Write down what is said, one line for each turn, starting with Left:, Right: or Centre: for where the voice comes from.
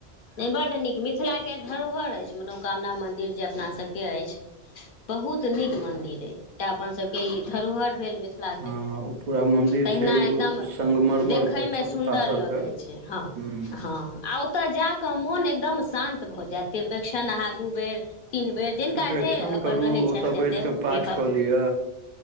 Left: नहि बड नीक मिथिला के धरोहर अछि मनोकामना मंदिर जे अपना सबके के अछि बहुत नीक मंदिर अछि तें अपन सबके ई धरोहर भेल मिथि थिलके
Right: हँ ओ पूरा मन्दिर
Left: तहिना
Right: छै
Left: एकदम
Right: ओ संगमरमर
Left: देखयमे
Right: पत्थर
Left: सुन्दर
Right: पाथर
Left: लगै
Right: के
Left: छैय हँ।
Right: हूँ
Left: हँ आ ओ ओत जा क मोन एकदम शांत भऽ जायत तिरपेक्षण अहा दू बेर तीन बेर जिनका
Right: त्रिपेक्षण
Left: जे अपन
Right: करू
Left: रहै छनि
Right: ओतऽ
Left: जते
Right: बैस कऽ पाठ
Left: विभव
Right: कऽ लिअ